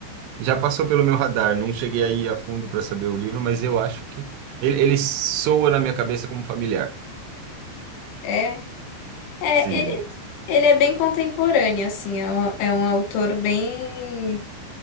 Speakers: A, on the right (about 70°); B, on the left (about 80°).
A: já passou pelo meu radar, não cheguei aí a fundo para saber o livro, mas eu acho que ele, ele soa na minha cabeça como familiar.
B: É. É,
A: Sim,
B: ele, ele é bem contemporâneo, assim, é um, é um autor bem